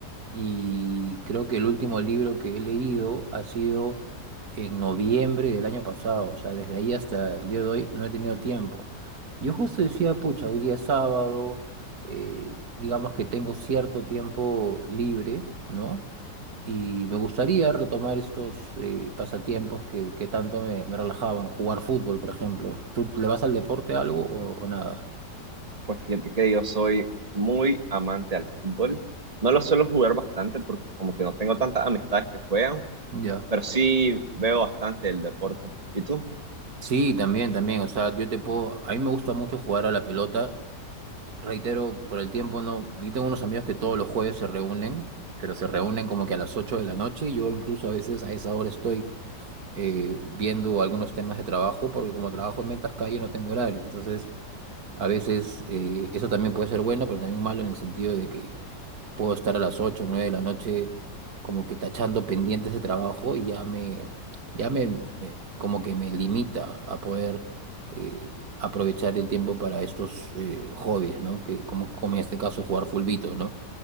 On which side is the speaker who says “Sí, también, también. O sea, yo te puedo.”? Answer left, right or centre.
Right